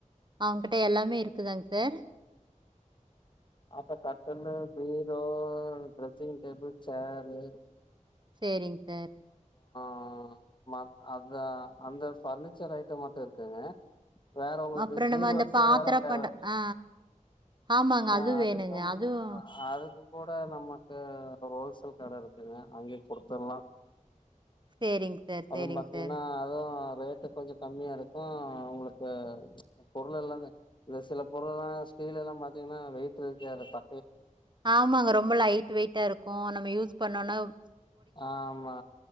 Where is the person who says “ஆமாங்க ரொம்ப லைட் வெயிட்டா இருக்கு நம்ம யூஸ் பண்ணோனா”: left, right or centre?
Right